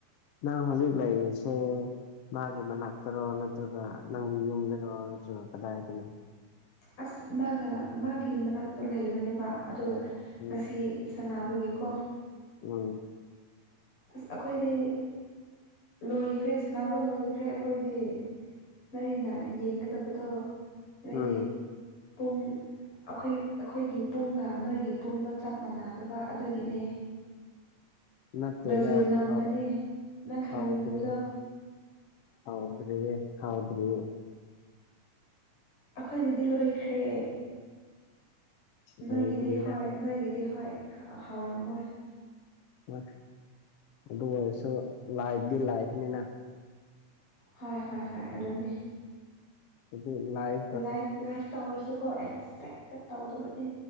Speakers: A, on the left (about 65°); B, on the left (about 45°).
A: ꯅꯪ ꯍꯧꯖꯤꯛ ꯂꯥꯛꯦꯁꯦ ꯃꯥꯒꯤ ꯃꯅꯥꯛ ꯇꯔꯣ ꯅꯠꯇ꯭ꯔꯒ ꯅꯪ ꯌꯨꯝꯗꯔꯣ ꯅꯠꯇ꯭ꯔꯒ ꯀꯗꯥꯏꯗꯅꯣ
B: ꯑꯁ ꯃꯥꯒ ꯃꯥꯒꯤ ꯃꯅꯥꯛꯇ ꯂꯩꯕꯅꯦꯕ ꯑꯗꯨꯒ
A: ꯎꯝ
B: ꯉꯁꯤ ꯁꯥꯟꯅꯕꯒꯤꯀꯣ
A: ꯎꯝ
B: ꯑꯁ ꯑꯩꯈꯣꯏꯗꯤ ꯂꯣꯏꯈ꯭ꯔꯦ ꯁꯅꯕ ꯂꯣꯏꯈ꯭ꯔꯦ ꯑꯩꯈꯣꯏꯗꯤ ꯅꯣꯏꯅ ꯌꯦꯡꯒꯗꯕꯗꯣ ꯅꯣꯏꯗꯤ
A: ꯎꯝ
B: ꯄꯨꯡ ꯑꯩꯈꯣꯏ ꯑꯩꯈꯣꯏꯒꯤ ꯄꯨꯡꯒ ꯅꯣꯏꯒꯤ ꯄꯨꯡꯗꯣ ꯆꯞ ꯃꯥꯟꯅꯗꯕ ꯑꯗꯨꯒꯤꯅꯦ
A: ꯅꯠꯇꯦꯗ
B: ꯕ꯭ꯔꯥꯖꯤꯜ ꯉꯝꯕꯅꯦ
A: ꯑ
B: ꯅꯪ ꯈꯪꯅꯤꯡꯕꯗꯣ
A: ꯍꯥꯎꯗ꯭ꯔꯤ ꯍꯥꯎꯗ꯭ꯔꯤ ꯍꯥꯎꯗ꯭ꯔꯤ
B: ꯑꯩꯈꯣꯏꯒꯤꯗꯤ ꯂꯣꯏꯈ꯭ꯔꯦ
A: ꯂꯣꯏꯗ꯭ꯔꯤꯗ
B: ꯅꯣꯏꯒꯤꯗꯤ ꯍꯣꯏ ꯅꯣꯏꯒꯤꯗꯤ ꯍꯣꯏ ꯍꯧꯥꯎꯔꯝꯃꯣꯏ
A: ꯍꯣꯏ ꯑꯗꯨ ꯑꯣꯏꯔꯁꯨ ꯂꯥꯏꯕꯗꯤ ꯂꯥꯏꯕꯅꯤꯅ
B: ꯍꯣꯏ ꯍꯣꯏ ꯍꯣꯏ ꯑꯗꯨꯅꯦ
A: ꯑꯗꯨ ꯂꯥꯏꯐ
B: ꯂꯥꯏꯐ ꯂꯥꯏꯐ ꯇꯧꯔꯁꯨꯀꯣ ꯑꯦꯛꯁꯇꯦꯟ ꯍꯦꯛꯇ ꯇꯧꯗꯕꯅꯤ